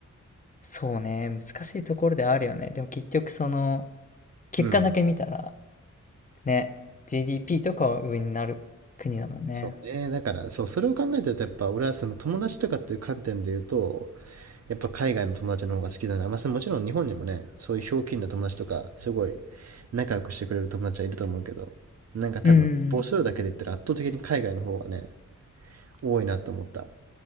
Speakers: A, on the left (about 25°); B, on the right (about 55°).
A: そうね、難しいところであるよね。でも結局その、結果だけ見たら、
B: うん。
A: ね、GDP とかは上になる国だもんね。
B: そうね。だから、そう、それを考えてると、やっぱ俺はその友達とかっていう観点で言うと、やっぱ海外の友達の方が好きだな。まあ、それもちろん日本にもね、そういうひょうきんな友達とか、すごい仲良くしてくれる友達はいると思うけど、なんか多分母数だけで言ったら圧倒的に海外の方がね、
A: うんうんうん。
B: 多いなと思った。